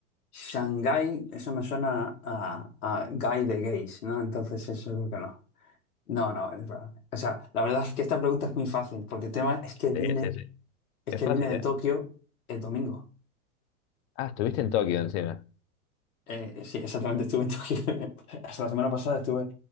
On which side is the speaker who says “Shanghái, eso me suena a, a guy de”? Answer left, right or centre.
Left